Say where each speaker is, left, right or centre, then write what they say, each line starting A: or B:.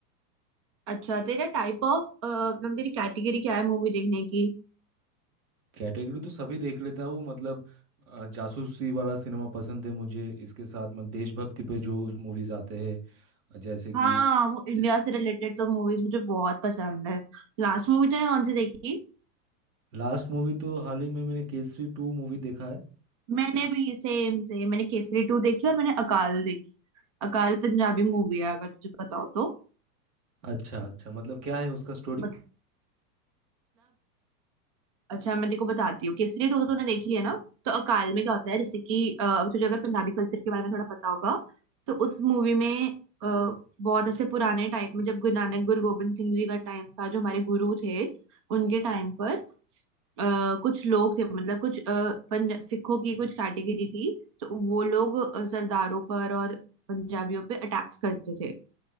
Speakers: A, on the right; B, on the right.
A: अच्छा तेरा टाइप ऑफ मतलब तेरी कैटेगरी क्या है मूवी देखने की
B: कैटेगरी तो सभी देख लेता हूँ मतलब अ, जासूसी वाला सिनेमा पसंद है मुझे इसके साथ मतलब देशभक्ति पे जो मूवीज आते हैं जैसे कि
A: हाँ वो इंडिया से रिलेटेड तो मूवीज मुझे बहुत पसंद है लास्ट मूवी तूने कौन सी देखी
B: लास्ट मूवी तो हाल ही में मैंने केसरी टू मूवी देखा है
A: मैंने भी सेम सेम मैंने केसरी टू देखी और मैंने अकाल देखी अकाल पंजाबी मूवी है अगर तुझे पता हो तो
B: अच्छा अच्छा मतलब क्या है उसका स्टोरी
A: मतलब अच्छा मैं तेको बताती हूँ केसरी टू तो तूने देख लिया ना तो अकाल में क्या होता है जैसे कि अ, अगर तुझे अगर पंजाबी कल्चर के बारे में थोड़ा पता होगा तो उस मूवी में अ, बहुत ऐसे पुराने टाइप में जब गुरु नानक गुरु गोविंद सिंह जी का टाइम था जो हमारे गुरु थे उनके टाइम पर अ, कुछ लोग थे मतलब कुछ अ, पंजा सिखों की कुछ कैटेगरी थी तो वो लोग अ, सरदारों पर और पंजाबियों पे अटैक्स करते थे